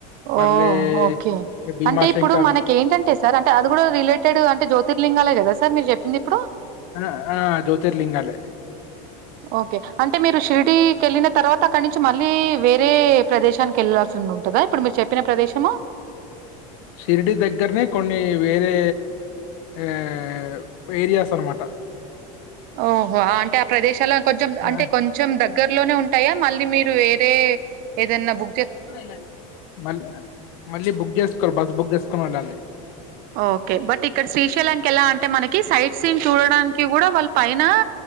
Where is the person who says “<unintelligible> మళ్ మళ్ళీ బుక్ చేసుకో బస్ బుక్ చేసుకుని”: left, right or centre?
Left